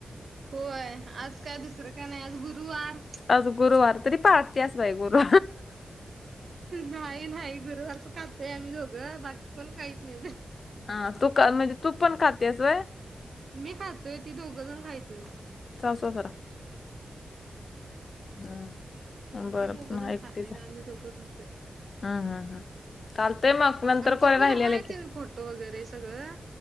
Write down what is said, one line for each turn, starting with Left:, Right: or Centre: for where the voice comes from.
Right: होय आज काय दुसरं का नाही आज गुरुवार.
Left: आज गुरुवार तरी पाळतेस बाई गुरु.
Right: नाही नाही गुरुवारच खाततोय आम्ही दोघं बाकी कोण काहीत नाही ते.
Left: ह तू म्हणजे तू पण खातेस व-
Right: मी खातोय ती दोघं जण खायत नाही.
Left: सासु हम्म बरं
Right: ती दोघं जण
Left: एकटीच
Right: खात नाहीत आम्ही दोघं खातोय.
Left: हम्म हम् हम् चालतय मग नंतर
Right: आमच्यात
Left: कर
Right: पण
Left: राहिलेले
Right: हाय
Left: एक
Right: तेन
Left: एक.
Right: फोटो वगैरे सगळं.